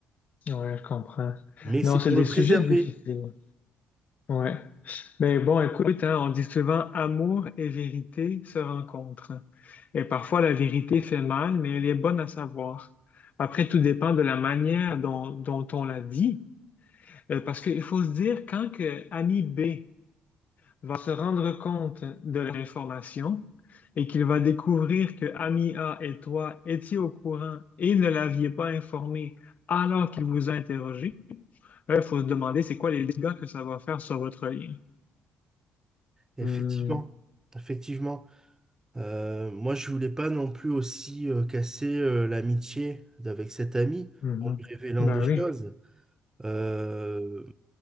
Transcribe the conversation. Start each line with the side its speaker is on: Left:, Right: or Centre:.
Left: Ouais, je comprends.
Right: Mais c'est
Left: Non, c'est
Right: pour
Left: des
Right: le
Left: sujets
Right: préserver,
Left: difficiles. Ouais. Mais bon, écoute, hein, on dit souvent amour et vérité se rencontrent. Et parfois, la vérité fait mal, mais elle est bonne à savoir. Après, tout dépend de la manière dont, dont on la dit. Euh, parce qu'il faut se dire, quand que ami B va se rendre compte de l'information et qu'il va découvrir que ami A et toi étiez au courant et ne l'aviez pas informé alors qu'il vous a interrogé, il faut se demander c'est quoi les dégâts que ça va faire sur votre lien.
Right: effectivement.
Left: Hmm,
Right: Effectivement. Euh, moi, je voulais pas non plus aussi euh, casser euh, l'amitié avec cet ami
Left: mhm.
Right: en lui révélant
Left: Ben
Right: des choses.
Left: oui,
Right: Euh,